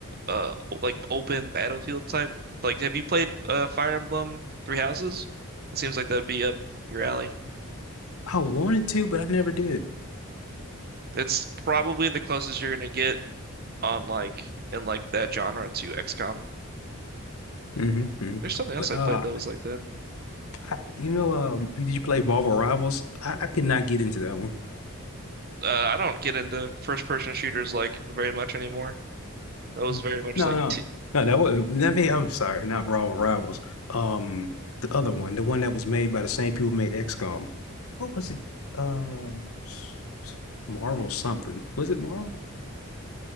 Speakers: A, on the right; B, on the left.
A: uh like open battlefield type? Like, have you played uh Fire Emblem Three Houses? It seems like that'd be up your alley.
B: I wanted to, but I never did.
A: That's probably the closest you're gonna get on like in like that genre to XCOM.
B: hmm
A: There's something else
B: But
A: I
B: uh,
A: played that was like that.
B: I, you know, um, did you play Marvel Rivals? I, I could not get into that one.
A: Uh, I don't get into first person shooters like very much anymore. That was
B: No,
A: very much like
B: no,
A: t
B: no. That was that made. I'm sorry, not Raw Rivals. Um, the other one, the one that was made by the same people who made XCOM. What was it? Uh, s- s- Marvel something. Was it Marvel?